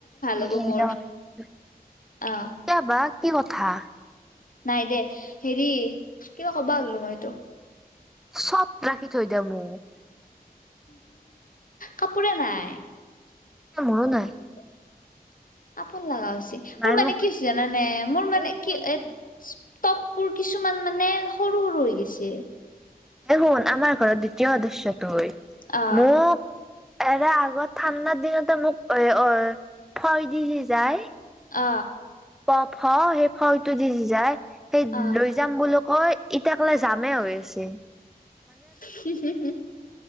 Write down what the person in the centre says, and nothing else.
এই
ন <inaudible>
এতিয়াবা কি কথা
চব ৰাখি থৈ দি মোক
এ মোৰো নাই,
মায়ে
মোক কৈছে
এ শুন
শুন,
দে শুন আমাৰ ঘৰত দ্বিতীয় সদস্য়টো হল মোক
এৰে আগত ঠাণ্ডাৰ দিনতে মোক এ অ ভয় দি যায়
প ফ সেই ফটো দি যায় সেই
লৈ যাম বুলি কৈয় ইতিয়াক লৈ যামেই হৈ আছে <inaudible>